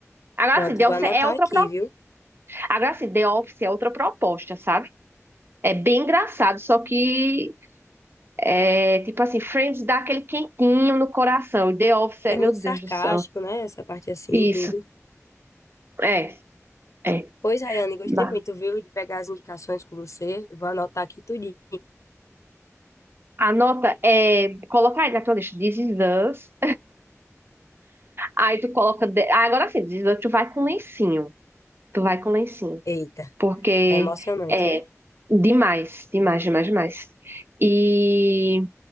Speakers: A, on the right (about 45°); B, on the left (about 70°).
A: Agora
B: Pronto,
A: assim, The
B: vou
A: Office
B: anotar
A: é outra
B: aqui,
A: pro...
B: viu?
A: Agora assim, The Office é outra proposta, sabe? É bem engraçado, só que é tipo assim, Friends dá aquele quentinho no coração. E The Office é,
B: É
A: meu
B: muito
A: Deus
B: sarcástico,
A: do céu.
B: né? Essa parte assim,
A: Isso,
B: tudo.
A: é, é.
B: Pois, Rayane, gostei
A: Bah.
B: muito, viu, de pegar as indicações com você. Vou anotar aqui tudinho.
A: A nota é. Colocar aí na tua lista This Is Us, Aí tu coloca. de- Ah, agora sim, tu vai com lencinho. Tu vai com lencinho.
B: Eita,
A: Porque
B: é emocionante,
A: é
B: é?
A: demais, demais, demais, demais. E